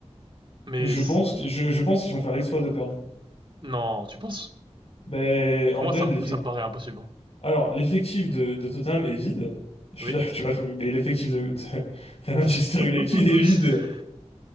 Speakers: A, on the right; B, on the left.
A: Mais
B: Je pense
A: c-
B: que, je, je pense qu'ils vont faire l'exploit de perdre.
A: non, tu penses?
B: Mais
A: Pour
B: en
A: moi,
B: vrai,
A: ça,
B: l'effet.
A: me- ça me paraît impossible. hein.
B: Alors, l'effectif de, de Tottenham est vide. Je
A: Oui.
B: suis d'accord, tu vois, je- mais l'effectif de, de- de Manchester
A: <laughs>
B: United est vide.